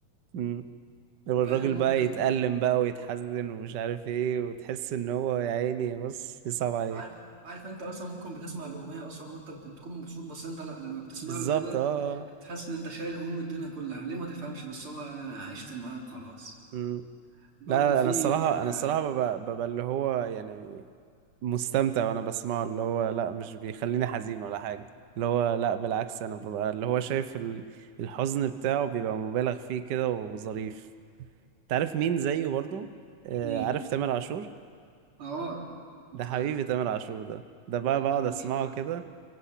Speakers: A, on the right; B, on the right.
A: امم والراجل
B: فاهم ممكن
A: بقى يتألم بقى ويتحزن ومش عارف ايه وتحس ان هو يا عيني بص يصعب عليك
B: عارف عارف أنت أصلا ممكن بتسمع الأغنية أصلا وأنت بت- بتكون مبسوط بس أنت لا لما بتسمع
A: بالظبط
B: له كده
A: اه اه
B: بتحس إن أنت شايل هموم الدنيا كلها ليه ما تفهمش بس هو أنا عشت معاه خلاص
A: مم.
B: برضه
A: لا
B: في
A: انا الصراحه انا
B: آه،
A: الصراحه ببقى, ببقى اللي هو يعني مستمتع وانا بسمعه اللي هو لا مش بيخليني حزين ولا حاجة اللي هو لا بالعكس انا ببقى اللي هو شايف ال- الحزن بتاعه بيبقى مبالغ فيه كده وظريف تعرف مين زيه برضو آه
B: ليه؟
A: عارف تامر عاشور
B: اه
A: ده حبيبي
B: سلام
A: تامر عاشور ده ده بقى
B: لا
A: بقعد
B: طب ما
A: اسمعه
B: شاء الله
A: كده